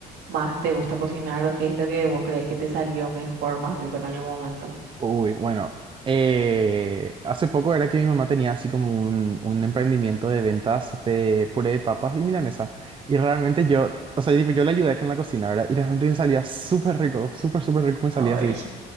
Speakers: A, on the right; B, on the right.
A: más te gusta cocinar o qué es lo que vos crees que te salió mejor, más rico en algún momento?
B: Uy, bueno. eh, hace poco era que mi mamá tenía así como un, un emprendimiento de ventas de puré de papas y milanesa. Y realmente yo, o sea, tipo, yo le ayudé con la cocina, ¿verdad? Y realmente me salía súper rico, súper, súper rico me salía
A: Ay,
B: así.